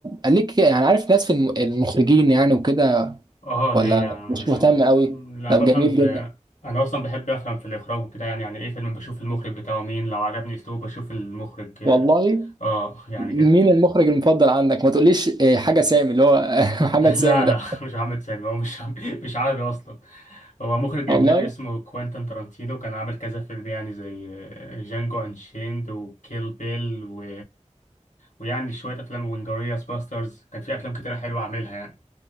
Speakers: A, on the right; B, on the left.
A: ليك يعني عارف ناس في الم- المخرجين يعني وكده
B: اه
A: ولا
B: ليا
A: مش
B: يعني
A: مهتم قوي
B: أمم، لا
A: طب
B: بفهم
A: جميل
B: ب...
A: جدا
B: انا اصلا بحب افهم في الاخراج وكده يعني يعني ايه فيلم بشوف المخرج بتاعه مين لو عجبني اسلوبه بشوف المخرج
A: والله
B: اه يعني
A: مين
B: كده
A: المخرج المفضل عندك ما تقوليش آه، حاجه سامي اللي هو <laughs> محمد
B: لا
A: سامي ده
B: لا <laughs> مش محمد سامي هو مش مش عربي اصلا هو مخرج
A: والله
B: اجنبي اسمه كوينتن ترانتينو كان عامل كذا فيلم يعني زي جانجو انشيند وكيل بيل و... ويعني شويه افلام وانجرياس باسترز كان في افلام كتيره حلوه عاملها يعني